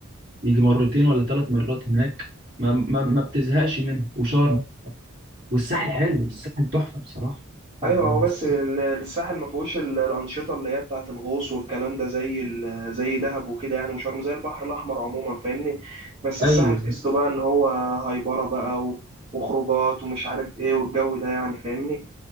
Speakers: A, on the right; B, on the right.
A: يجي مرتين ولا ثلاث مرات هناك ما ما, ما بتزهقش منه وشرم والساحل حلو الساحل تحفه بصراحه
B: ايوه
A: أنا-
B: هو بس ال- الساحل ما فيهوش ال- الانشطه اللي هي بتاعه الغوص والكلام ده زي ال- زي دهب وكده يعني وشرم زي البحر الاحمر عموما فاهمني بس الساحل
A: ايوه
B: تحسه بقى ان هو هايبره بقى و- وخروجات ومش عارف ايه والجو ده يعني فاهمني